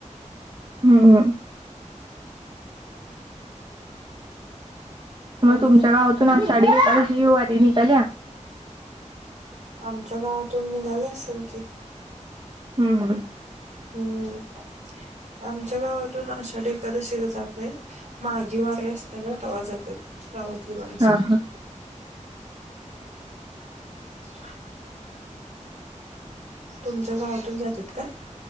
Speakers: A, on the right; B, on the right.
A: हम् हम मग
B: आणि
A: तुमच्या
B: काय
A: गावातून आषाढी एकादशीची वारी निघाल्या
B: आमच्या गावातून निघाली असलं की
A: हम्म हम्म
B: हम्म आमच्या गावातून आषाढी एखादशी जात नाही माघी वारी असत्याना तवा जातात गावातली माणसं
A: हा हा
B: <inaudible> तुमच्या गावातून जातात का?